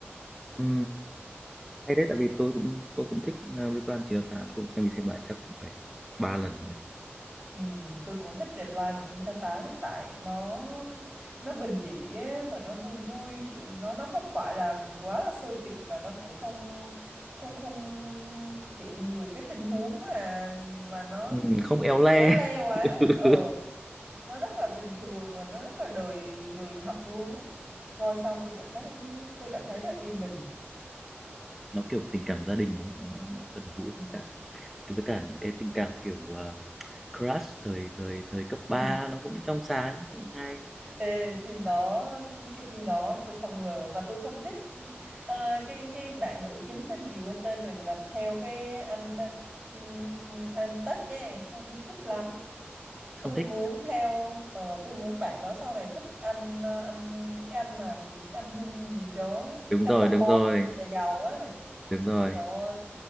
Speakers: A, in the centre; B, on the right (about 45°).
A: ừ, hay đấy tại vì tôi cũng tôi cũng thích uh, Reply 988 tôi cũng xem đi xem lại chắc cũng phải ba lần rồi
B: Ừ, tôi cũng thích Reply 1988 lắm tại nó nó bình dị á và nó vui vui kiểu nó nó không phải là quá là sôi thịt mà nó cũng không không không kiểu nhiều cái tình huống mà mà nó
A: Ừ, không
B: kiểu
A: éo le
B: éo le quá
A: <laughs>
B: ờ nó rất là bình thường và nó rất là đời đời thật luôn á coi xong tôi cảm thấy tôi cảm thấy rất yên bình
A: nó kiểu tình cảm gia đình ấy, nó, nó gần gũi
B: ừ.
A: với cả với cả những cái tình cảm kiểu ờ, crush thời thời thời cấp
B: Ừ.
A: ba nó cũng trong sáng cũng hay
B: Ê, phim đó cái phim đó tôi không ngờ mà tôi không thích ờ, cái cái bạn nữ chính tên gì quên tên rồi mà theo cái anh ừm, anh Tắc ấy không, không thích lắm
A: không
B: tôi
A: thích
B: muốn theo ờ, tôi muốn bạn đó sau này thích anh ờ, anh cái anh mà cái anh Hun gì đó cái
A: đúng
B: anh
A: rồi
B: mà con
A: đúng rồi
B: nhà giàu ấy
A: đúng rồi
B: trời ơi